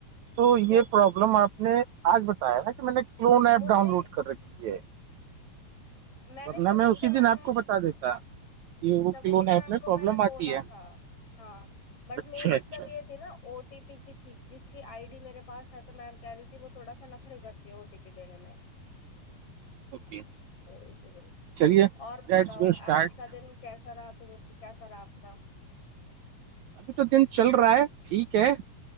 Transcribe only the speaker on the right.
تو
یہ
پرابلم آپ نے آج بتایا تھا کہ میں نے کلون ایپ
ڈاؤن لوڈ کر رکھی ہے
ورنہ
میں اسی دن
آپ کو بتا دیتا کہ وہ
کلون
ایپ
پرابلم
آتی ہے
اچھا
اچھا
اوکے
چلیے
لیٹس
گو اسٹارٹ
ابھی تو دن چل رہا ہے ٹھیک ہے